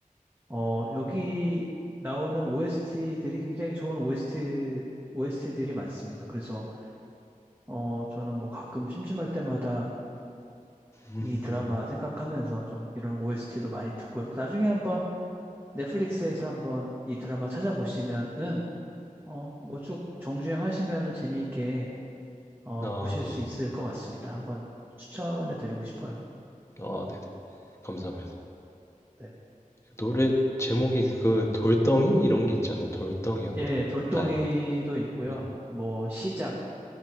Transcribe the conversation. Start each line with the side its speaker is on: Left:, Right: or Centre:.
Right: 어, 여기 나오는 OST들이 굉장히 좋은 OST OST들이 많습니다. 그래서 어, 저는 뭐 가끔 심심할 때마다
Left: 음,
Right: 이 드라마 생각하면서 좀 이런 OST도 많이 듣고요. 나중에 한번 넷플릭스에서 한번 이 드라마 찾아보시면은 어, 뭐 쭉 정주행 하시면은 재미있게 어,
Left: 음. 아,
Right: 보실 수
Left: 네.
Right: 있을 것 같습니다. 한번 추천해 드리고 싶어요.
Left: 아, 네네. 감사합니다.
Right: 네.
Left: 노래 제목이 그 돌덩이? 이런 게 있지 않나요? 돌덩이였나?
Right: 예, 돌덩이도
Left: 날,
Right: 있고요.
Left: 네.
Right: 뭐 시작